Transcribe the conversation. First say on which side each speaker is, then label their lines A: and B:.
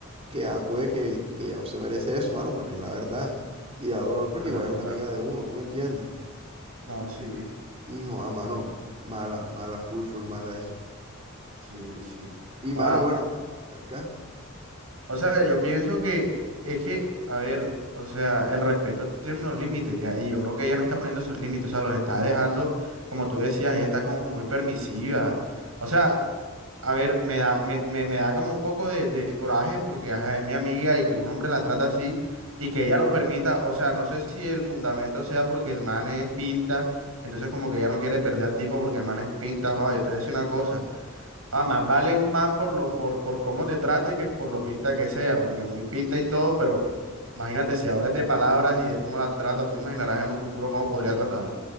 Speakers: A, on the right; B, on the right.
A: que ah, pues, que, que ella no se merece eso, mano, porque es la verdad. Y da dolor porque
B: claro,
A: igual es la
B: claro.
A: amiga de uno, ¿tú me entiendes?
B: No, sí,
A: Hijo, ah, mano, mala, mala, full, full, mala eso.
B: sí, sí.
A: Y mano,
B: Ah,
A: bueno, acá,
B: o sea, yo pienso que es que, a ver, o sea, el respeto tiene unos límites ya, y yo creo que ella no está poniendo esos límites, o sea, los está dejando, como tú decías, ella está como muy permisiva. O sea, A ver, me da, me, me, me da como un poco de, de coraje porque ajá, es mi amiga y que un hombre la trata así y que ella lo permita. O sea, no sé si el fundamento sea porque el man es pinta, entonces como que ella no quiere perder al tipo porque el man es pinta. Joder, yo te voy a decir una cosa. Ah, más vale un man por lo, por, por cómo te trate que por lo pinta que sea, porque muy pinta y todo, pero imagínate si ahora es de palabras y de cómo la trata, tú te imaginarás en un futuro cómo podría tratarla.